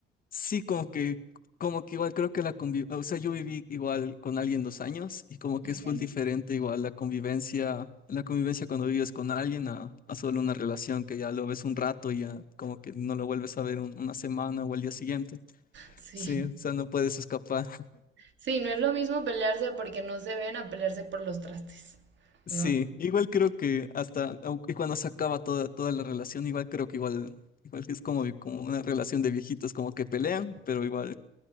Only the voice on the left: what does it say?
Sí, como que, como que igual creo que la convivencia, o sea, yo viví igual con alguien dos años y como
que es full diferente igual la convivencia, la convivencia cuando vives con alguien a, a solo una relación que ya lo ves un rato y ya como que no lo vuelves a ver un- una semana o el día siguiente.
Sí, o sea, no puedes escapar.
Sí,
igual creo que hasta aunque cuando se acaba toda, toda la relación, igual creo que igual, igual que es como, como una relación de viejitos, como que pelean, pero igual,